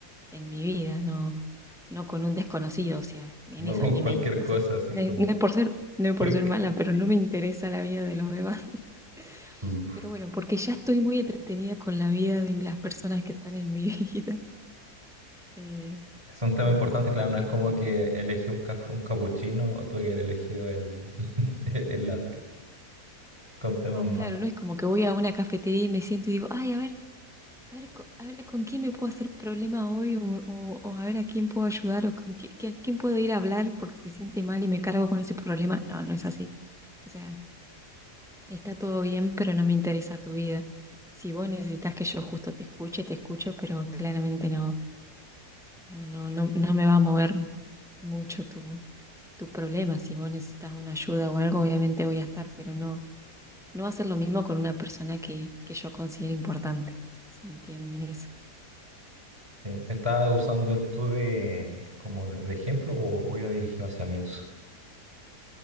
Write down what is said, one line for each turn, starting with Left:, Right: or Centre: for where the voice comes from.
Centre: en mi vida, no, no con un desconocido, o sea, en
Right: no
Centre: eso
Right: con
Centre: ni
Right: cualquier
Centre: me, in- o
Right: cosa,
Centre: sea,
Right: así
Centre: no
Right: como...
Centre: es, no es por ser,
Right: <laughs>
Centre: no es por
Right: tú es
Centre: ser
Right: que-
Centre: mala, pero no me interesa
Right: <laughs>
Centre: la vida de los demás. <laughs>
Right: Uf.
Centre: Pero bueno, porque ya estoy muy entretenida con la vida de las personas que están en mi <laughs> vida. Eh,
Right: Es un tema
Centre: entonces
Right: importante,
Centre: como
Right: claro, no
Centre: que
Right: es como
Centre: no,
Right: que elegí un café, un capuchino o tuve que haber elegido el, <laughs> el latte. Es con temas
Centre: no,
Right: más...
Centre: claro, no es como que voy a una cafetería y me siento y digo, ay, a ver. A ver, co- a ver, ¿con quién me puedo hacer problema hoy? O, o- o a ver a quién puedo ayudar o con qui- qui- quién puedo ir a hablar porque se siente mal y me cargo con ese problema. No, no es así. O sea, está todo bien, pero no me interesa tu vida. Si vos necesitas que yo justo te escuche, te escucho, pero claramente no, no, no, no, no me va a mover mucho tu, tu problema. Si vos necesitas una ayuda o algo, obviamente voy a estar, pero no, no va a ser lo mismo con una persona que, que yo considero importante. ¿Se entienden eso?
Right: Sí, estaba usando el tú de, como de, de ejemplo o, o iba dirigido hacia mí eso. <laughs>